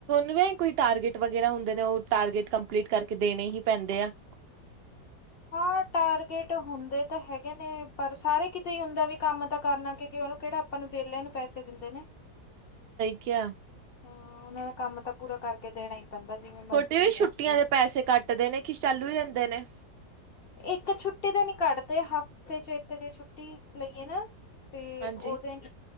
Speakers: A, on the right; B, on the left.
A: ਨ ਕੋਈ ਟਾਰਗੇਟ ਵਗੈਰਾ ਹੁੰਦੇ ਨੇ ਉਹ ਟਾਰਗੇਟ ਕੰਪਲੀਟ ਕਰਕੇ ਦੇਣੇ ਹੀ ਪੈਂਦੇ ਆ <inaudible>
B: ਹਾਂ ਟਾਰਗੇਟ ਹੁੰਦੇ ਤਾਂ ਹੈਗੇ ਨੇ, ਪਰ ਸਾਰੇ ਕਿਤੇ ਹੁੰਦਾ ਵੀ ਕੰਮ ਤਾਂ ਕਰਨਾ, ਕਿਉਂਕਿ ਉਹਨੂੰ ਕਿਹੜਾ ਆਪਾਂ ਨੂੰ ਵਿਹਲਿਆਂ ਨੂੰ ਪੈਸੇ ਦਿੰਦੇ ਨੇ
A: ਕਿਆ
B: ਹਾਂ ਮੇ ਕੰਮ ਤਾਂ ਪੂਰਾ ਕਰਕੇ ਦੇਣਾ ਪੈਂਦਾ ਜਿਵੇਂ
A: ਤੁਹਾਡੀ
B: ਮਰਜ਼ੀ
A: ਵੀ ਛੁੱਟੀਆਂ
B: ਆ।
A: ਦੇ ਪੈਸੇ ਕੱਟਦੇ ਨੇ ਖ ਚਾਲੂ ਦਿੰਦੇ ਨੇ
B: ਇੱਕ ਛੁੱਟੀ ਤਾਂ ਨਹੀਂ ਕੱਢਦੇ ਹਫ਼ਤੇ ਚ ਇੱਕ ਜੇ ਛੁੱਟੀ ਲਈਏ ਨਾ ਤੇ
A: ਹਾਂਜੀ
B: ਉਹਦੇ ਨ